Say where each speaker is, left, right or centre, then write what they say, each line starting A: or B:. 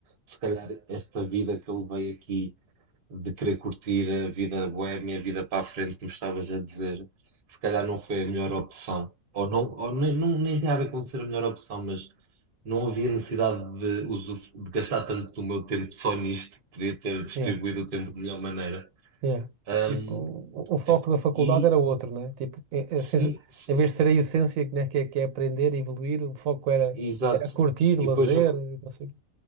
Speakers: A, on the right (about 45°); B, on the right (about 75°).
A: se calhar esta vida que eu levei aqui, de querer curtir a vida boémia, a vida para a frente, como estavas a dizer, se calhar não foi a melhor opção. Ou não, ou nem, não- nem tem a ver com ser a melhor opção, mas não havia necessidade de, usuf- de gastar tanto do meu tempo só nisto, podia ter distribuído
B: Yeah,
A: o tempo de melhor maneira.
B: yeah.
A: Ahm,
B: Tipo, o, o foco
A: é-
B: da faculdade
A: e
B: era outro, né? Tipo, é-
A: Sim,
B: é sensa-
A: sim,
B: em vez de ser a essência, né, que é, que é aprender, evoluir, o foco era,
A: exato.
B: era curtir,
A: E
B: lazer,
A: depois o, que-
B: não sei. o quê.